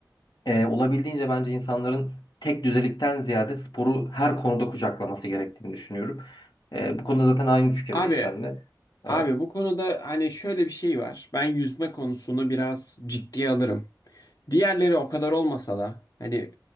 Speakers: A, on the left; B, on the left.
A: e, olabildiğince bence insanların tek düzelikten ziyade sporu her konuda kucaklaması gerektiğini düşünüyorum. E, bu konuda zaten aynı fikirdeyiz
B: Abi,
A: sen de. Evet.
B: abi bu konuda hani şöyle bir şey var. Ben yüzme konusunu biraz ciddiye alırım. Diğerleri o kadar olmasa da hani